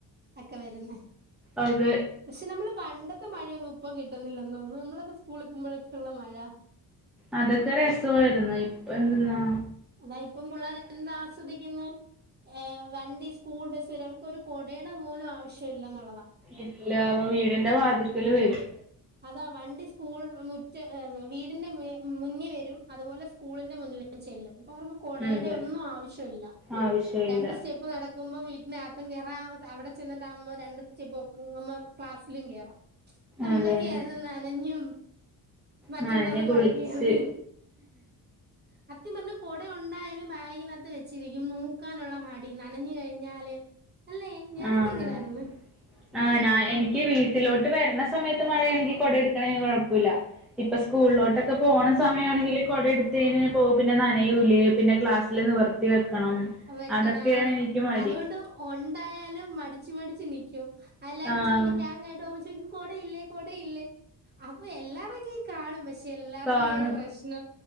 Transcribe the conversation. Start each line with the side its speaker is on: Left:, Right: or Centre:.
Right: ഒക്കെ വെരുന്നെ
Centre: അതെ
Right: പക്ഷെ നമ്മളെ പണ്ടത്തെ മഴയൊന്നും ഇപ്പം കിട്ടുന്നില്ലെന്ന് തോന്നുന്നു നമ്മളൊക്കെ സ്കൂളി പോമ്പോഴൊക്കെള്ള മഴ
Centre: അതൊക്കെ രസായിരുന്നു ഇപ്പെന്ത്‌ന്നാ
Right: അതാ ഇപ്പം പുള്ളാര് എന്താസ്വദിക്ക്ന്ന് ഏ വണ്ടി സ്കൂൾ ബസ് വെരെ അവർക്ക് ഒരു കൊടേടെ പോലും ആവശ്യല്ലന്നുള്ളതാ
Centre: ഇല്ല അപ്പ വീടിന്റെ വാതിക്കല് വെരും
Right: അതാ വണ്ടി സ്കൂൾ മുറ്റ വീടിന്റെ മുന്നി വെരും അതുപോലെ സ്കൂളിന്റെ മുന്നിലും ചെല്ലും ഇപ്പ അവർക്ക് കൊടേടെ
Centre: അതെ
Right: ഒന്നും ആവശ്യല്ല
Centre: ആവശ്യമില്ല
Right: രണ്ട് സ്റ്റെപ്പ് നട ക്കുമ്പം വീട്ടിനകത്തും കേറാ അവടെ ചെന്ന്ട്ടാവുമ്പോ രണ്ട് സ്റ്റെപ് വെയ്ക്കുമ്പോ ക്ലാസ്സിലും കേറാ നമ്മളെ
Centre: അത് തന്നെ
Right: നനഞ്ഞും മറ്റുള്ളവരുടെകൊടെ
Centre: നനഞ്ഞ് കുളിച്ച്
Right: കേറിയും സത്യം പർഞ്ഞ കൊട ഒണ്ടായാലും ബാഗിനകത്ത് വെച്ചിരിക്കും നോക്കാനുള്ള മടി നനഞ്ഞു കഴിഞ്ഞാല് അല്ലേ ഞാനൊക്കങ്ങനാര്ന്ന്
Centre: ആഹ് ആഹ് ഞാൻ എനിക്ക് വീട്ടിലോട്ട് വെര്ണ സമയത്ത് മഴയാണെങ്കി കൊടട്ക്കണേന് കൊഴപ്പുല്ല ഇപ്പ സ്കൂളിലോട്ടൊക്കെ പോണ സമയാണെങ്കില് കൊട എടുത്ത് കയിഞ്ഞാ പിന്നെ നനയൂലെ പിന്നെ ക്ലാസ്സില് നിവർ ത്തി വെക്കണം
Right: വെക്കണം
Centre: അതൊക്കെയാണ്
Right: ആണ്
Centre: എനിക്ക് മടി
Right: അതുകൊണ്ട് ഒൺ ണ്ടായാലും മടിച്ച് മടിച്ച് നിക്കും എല്ലാരും
Centre: ആഹ്
Right: ചോയ്ക്കും ഞാങ്ങട്ടോമ്പോ ചോയ്ക്കും കൊടയില്ലേ കൊടയില്ലേ അപ്പൊ എല്ലാവങ്ങി കാണും പക്ഷേ എല്ലാർക്കും
Centre: കാണും
Right: ഈ ഒരു പ്രശ്ന